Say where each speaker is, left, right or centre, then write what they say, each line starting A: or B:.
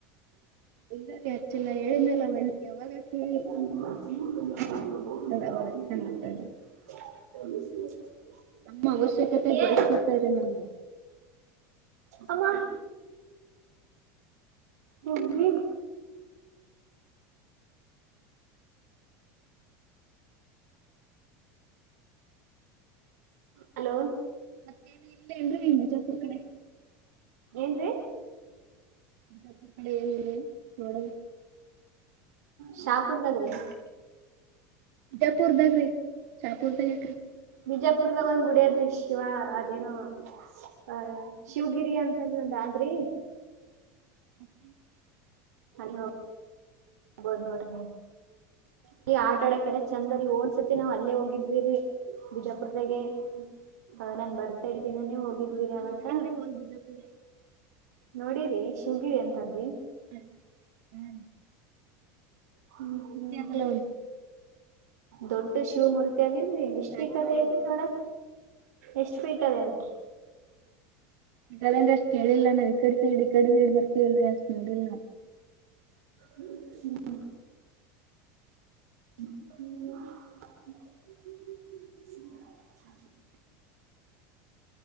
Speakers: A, on the right; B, on the right.
A: ಇಲ್ಲ ರೀ ಅಚ್ಚಿಲ್ಲ ಹೇಳಿದ್ನಲ್ಲನ್ ಯಾವಾಗ ಆಕಿಗಿ
B: <inaudible>
A: ಅವಾಗ ಅಷ್ಟೇ ಮಾತಾಡ್ರಿ. ನಮ್ಮ ಅವಶ್ಯಕತೆಗ್
B: ಏ
A: ಬಳಸ್ಕೊಡ್ತ್ರ ನಮಗ.
B: ಆಮ್ಮ, ಬುಗ್ಗಿ, <inaudible> ಹಲೋ,
A: ಮತ್ತೇನು ಇಲ್ಲೇನ್ರಿ ಬಿಜಾಪುರ್ ಕಡೆ,
B: ಏನ್ರೀ,
A: ಬಿಜಾಪುರ್ ಕಡೆ ಏನಿಲ್ಲ ನೋಡಲ್
B: ಶಾಪುರದ್ಗ ರಿ,
A: ಜಪುರ್ದಾಗ ರೀ ಶಾಪುರ್ಧಗ ಯಾಕರಿ.
B: ಬಿಜಾಪುರದಾಗ ಒಂದ್ ಗುಡಿ ಆದ್ರಿ ಶಿವ ಅದೇನೋ ಅ ಶಿವಗಿರಿ ಅಂತಂದ್ರ ಒಂದ, ಆದ್ರಿ,
A: <inaudible> <inaudible>
B: <inaudible> ಆಗ್ಬೋದ್ ನೋಡ್ರಿ ನೀವ್ ಅಲ್ಲಿ ಆಟ ಆಡಕ್ಕೆೆಲ್ಲ ಚಂದ ರಿ ಓಂದ್ಸತಿ ನಾವ್ ಅಲ್ಲೇ ಹೋಗಿದ್ವಿರಿ. ಬಿಜಾಪುರ್, ದ್ಗೆ ಬ ನನ್ ಬರ್ತಾಡೇ ದಿನಾನೇ ಹೋಗಿದ್ವಿರಿ
A: ನಾ
B: ಅವತ್ತ,
A: ನೋಡೇನ್ರಿ ಹೋಲ್ ಬಿಜಾಪುರ
B: ನೋಡರಿ ಶಿವಗಿರಿ ಅಂತದಿ.
A: ಹ್ಮ್, ಹ್ಮ್
B: ಹ್ಮ್ ಹ್ಮ್
A: ಅದಲ್ಲ ಒಂದು
B: ದೊಡ್ಡ ಶಿವಮೂರ್ತಿ, ದಿಲ್ರಿ ಎಷ್ಟ್
A: ಸ್ಟ್ಯಾಚು
B: ಫಿಟ್ ಆದ್
A: ಅದಲ್ರಿ.
B: ಹೇಳೇರಿ ನೋಡಮ, ಎಷ್ಟ್ ಫಿಟ್ ಆದ್ ಹೇಳೇರಿ,
A: ಯಾದಂದ್ರೆ ಅಷ್ಟ್ ಕೇಳಿಲ್ಲಾ ನಾವ್ ಈ ಕಡೆ ಸೈಡ್ ಈ ಕಡೆ ಸೈಡ್ ಬರ್ತವಲ್ ಅಷ್ಟ್ ನೋಡಿಲ್ಲ ನಾವು.
B: ಹ್ಮ, <inaudible>